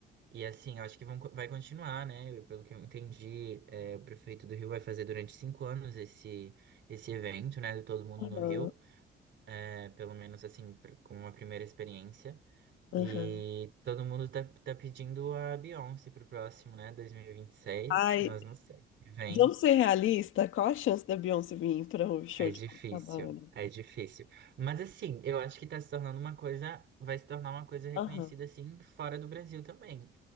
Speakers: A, on the right; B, on the left.
A: e assim, eu acho que vão, co- vai continuar, né? Eu- Pelo que eu entendi, é, o prefeito do Rio vai fazer durante cinco anos esse, esse evento, né? Do Todo Mundo
B: Aham,
A: no Rio é, pelo menos assim, pr- como uma primeira experiência.
B: aham.
A: E todo mundo tá, tá pedindo a Beyoncé pro próximo, né? 2026,
B: Ai,
A: mas não sei. Vem.
B: vamos ser realistas? Qual a chance da Beyoncé vir para um show
A: É
B: de
A: difícil,
B: Copacabana?
A: é difícil. Mas assim, eu acho que tá se tornando uma coisa, vai se tornar uma coisa reconhecida
B: Aham,
A: assim fora do Brasil também.